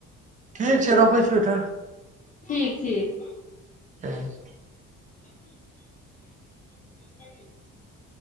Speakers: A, on the right; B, on the left.
A: ठीक छै रखै छियो तऽ
B: ठीक ठीक
A: ठीक
B: <unintelligible>